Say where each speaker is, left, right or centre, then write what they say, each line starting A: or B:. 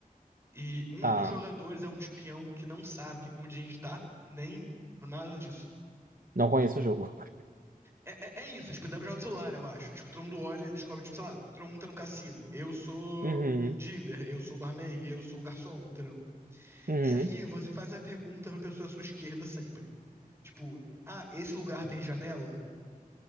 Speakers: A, on the right; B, on the right.
A: E um
B: Tá.
A: dos jogadores é um espião que não sabe onde a gente tá, nem nada disso.
B: Não conheço o jogo. <laughs>
A: É, é, é isso, tipo, dá pra jogar no celular, eu acho. Tipo, todo mundo olha e descobre, tipo, sei lá, todo mundo tá no cassino. Eu sou
B: Uhum.
A: um dealer, eu sou barman, eu sou garçom, entendeu?
B: Uhum.
A: E aí você faz a pergunta pra pessoa à sua esquerda sempre. Tipo, ah, esse lugar tem janela?